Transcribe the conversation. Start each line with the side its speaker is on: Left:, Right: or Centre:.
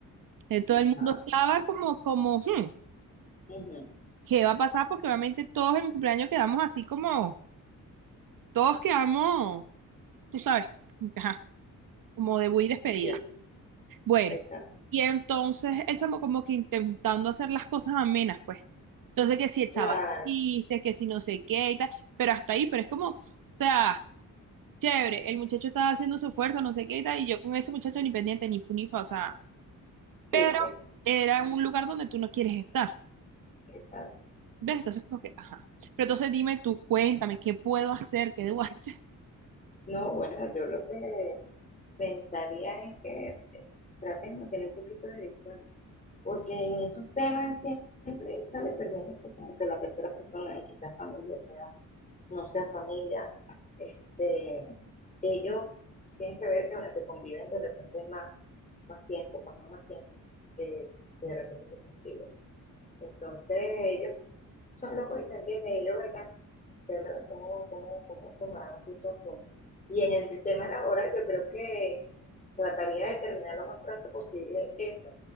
Right: Eh, Todo
Left: Ajá.
Right: el mundo estaba como, como, "Hmm,
Left: ujú.
Right: ¿qué va a pasar? Porque obviamente todos en mi cumpleaños quedamos así como, todos quedamos, tú sabes, ajá, como de muy despedida.
Left: Sí,
Right: Bueno,
Left: Exacto,
Right: y entonces el chamo como que intentando hacer las cosas amenas, pues. Entonces que si echaba
Left: claro,
Right: chistes, que si no sé qué y tal, pero hasta ahí, pero es como, o sea, chévere, el muchacho estaba haciendo su esfuerzo, no sé qué y tal, y yo con ese muchacho ni pendiente, ni funifa, o sea, pero
Left: sí, sí,
Right: era un lugar donde tú no quieres estar,
Left: exacto.
Right: ¿ves? Entonces como que, ajá. Pero entonces dime tú, cuéntame, ¿qué puedo hacer? ¿Qué debo <laughs> hacer?
Left: No, bueno, yo lo que pensaría es que trates de mantener un poquito de distancia, porque en esos temas siempre sale perdiendo pues, como que la tercera persona, y quizás familia, sea, no sea familia, este, ellos tienen que ver que, bueno, que conviven de repente más, más tiempo, pasan más tiempo que, que de repente que contigo. Entonces ellos son locos y se entienden, ellos ¿verdad? ¿Cómo, cómo, cómo tomarán así su asunto? Y en el tema laboral, yo creo que trataría de terminar lo más pronto posible eso,